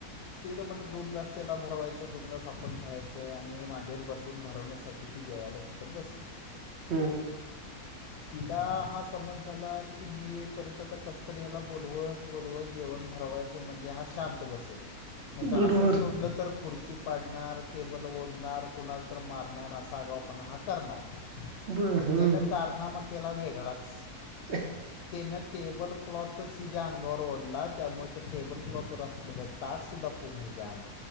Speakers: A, on the left (about 80°); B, on the right (about 50°).
A: ते गं म्हणलं दोन घास. त्याला भरवायचं दोन घास आपण खायचं आणि मांडीवर बसून भरवण्यासाठी ती जेवायला तिथं बसली.
B: हम.
A: तिला हा समज झाला कि, मी येईपर्यंत कसतरी बोलवत बोलवत जेवण भरवायचं म्हणजे हा शांत बसेल. नाहीतर
B: बरोबर.
A: असंच सोडलं तर खुर्ची पाडणार टेबल ओढणार कुणाला तर मारणार असा आगाऊ पणा हा करणार.
B: बर
A: मग
B: हम्म
A: त्यानं कारणा मा केला वेगळाच.
B: <unintelligible>
A: ते टेबल क्लॉथच हि ज्या अंगावर ओढला त्यामुळं, त्या टेबल क्लॉथ वर असलेला ताट सुद्धा पूर्ण जाम